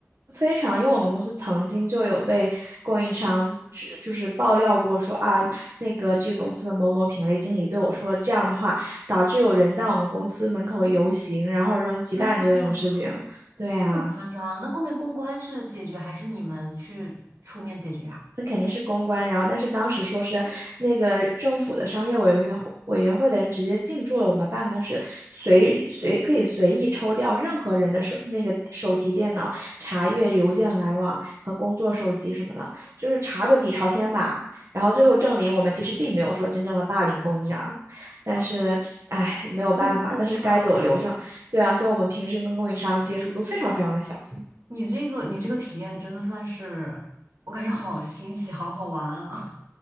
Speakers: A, on the right (about 60°); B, on the right (about 85°).
A: 非常，因为我们公司曾经就有被供应商指就是爆料过说啊，那个这个公司的某某品类经理对我说这样的话，导致有人在我们公司门口游行，然后扔鸡蛋这种事情。
B: 天呐，
A: 对啊。
B: 这么夸张？那后面公关是解决还是你们去出面解决啊？
A: 那肯定是公关。然后，但是当时说是那个政府的商业委员会委员会的人直接进驻了我们办公室，随随可以随意抽调任何人的手那个手提电脑，查阅邮件来往和工作手机什么的，就是查个底朝天吧。然后最后证明我们其实并没有说真正的霸凌供应商，但是唉没有办法，
B: 啊，天
A: 但是该走流程。对啊，所以我们平时跟供应商接触都非常非常的小心。
B: 你这个你这个体验真的算是，我感觉好新奇，好好玩啊！